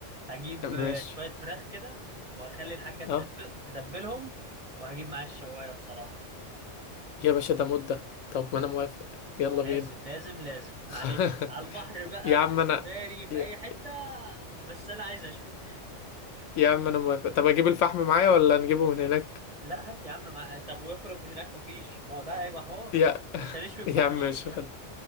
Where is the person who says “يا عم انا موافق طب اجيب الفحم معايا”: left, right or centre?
Left